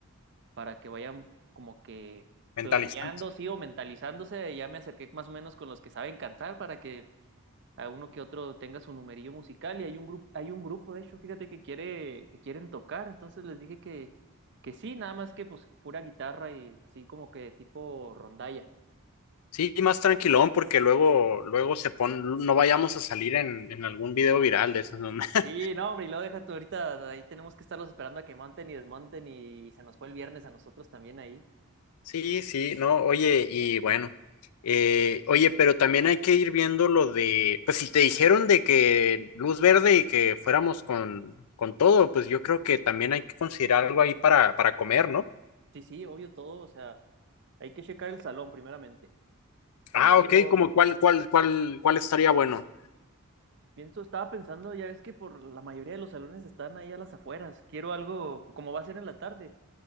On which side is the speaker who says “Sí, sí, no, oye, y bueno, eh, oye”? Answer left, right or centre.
Left